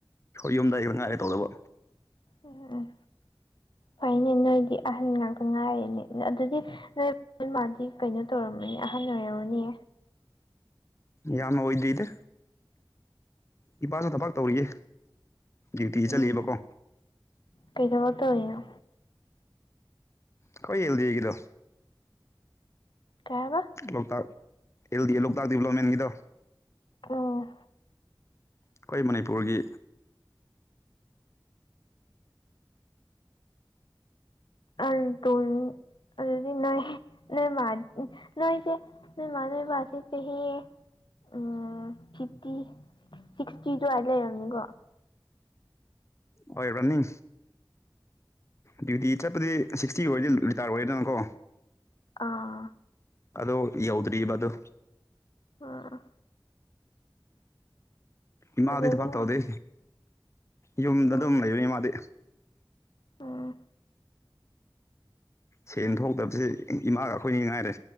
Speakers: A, on the left (about 35°); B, on the left (about 65°).
A: ꯌꯨꯝꯗꯥꯏꯗ ꯉꯥꯏꯔꯦ ꯇꯧꯗꯕ
B: ꯎꯝ ꯎꯝ ꯐꯩꯅꯦ ꯅꯣꯏꯗꯤ ꯑꯍꯟ ꯉꯥꯛꯇ ꯉꯥꯏꯔꯤꯦꯅꯦ ꯑꯗꯨꯗꯤ ꯅꯣꯏ ꯃꯥꯗꯤ ꯀꯩꯅꯣ ꯇꯧꯔꯝꯃꯅꯤ ꯑꯍꯟ ꯑꯣꯏꯔꯝꯔꯕꯅꯦ
A: ꯌꯥꯝꯅ ꯑꯣꯏꯗꯦꯗꯤ ꯏꯄꯥꯁꯨ ꯊꯕꯛ ꯇꯧꯔꯤꯌꯦ ꯗ꯭ꯌꯨꯇꯤ
B: ꯎꯝ
A: ꯆꯠꯂꯤꯕꯀꯣ
B: ꯀꯩꯗꯧꯔꯒ ꯇꯧꯔꯤꯅꯣ
A: ꯑꯩꯈꯣꯏ ꯑꯦꯜꯗꯤꯒꯤꯗꯣ
B: ꯀꯩꯍꯥꯏꯕ
A: ꯂꯣꯛꯇꯥꯛ ꯑꯦꯜ ꯗꯤ ꯑꯦ ꯂꯣꯛꯇꯥꯛ ꯗꯗꯤꯕꯂꯞꯃꯦꯟꯒꯤꯗꯣ
B: ꯎꯝ
A: ꯑꯩꯈꯣꯏ ꯃꯅꯤꯄꯨꯔꯒꯤ
B: ꯑ ꯇꯣꯟꯅꯤ ꯑꯗꯨꯗꯤ ꯅꯣꯏ ꯅꯣꯏꯃ ꯅꯣꯏꯁꯦ ꯅꯣꯏꯃꯥ ꯅꯣꯏꯕꯁꯦ ꯆꯍꯤ ꯎꯝ ꯐꯤꯐꯇꯤ ꯁꯤꯛꯁꯇꯤ ꯑꯗꯨꯋꯥꯏꯗ ꯂꯩꯔꯝꯅꯤꯀꯣ
A: ꯍꯣꯏ ꯔꯅꯤ ꯗ꯭ꯌꯨꯇꯤ ꯆꯠꯄꯗꯤ ꯁꯤꯛꯁꯇꯤꯒꯤ ꯑꯣꯏꯔꯗꯤ ꯔꯤꯇꯥꯔ ꯑꯣꯏꯔꯦꯗꯅꯀꯣ
B: ꯑꯥ
A: ꯑꯗꯣ ꯌꯧꯗ꯭ꯔꯤꯕ ꯑꯗꯨ
B: ꯎꯝ
A: ꯏꯃꯥꯗꯤ
B: ꯑꯗꯨꯗꯤ
A: ꯊꯕꯛ ꯇꯧꯗꯦ ꯌꯨꯝꯗ
B: ꯎꯝ
A: ꯑꯗꯨꯝ ꯂꯩꯕꯅꯤ ꯃꯥꯗꯤ
B: ꯎꯝ
A: ꯁꯦꯟ ꯊꯣꯛꯇꯕꯕꯁꯤ ꯏꯃꯥꯒ ꯑꯩꯈꯣꯏꯅꯤ ꯉꯥꯏꯔꯦ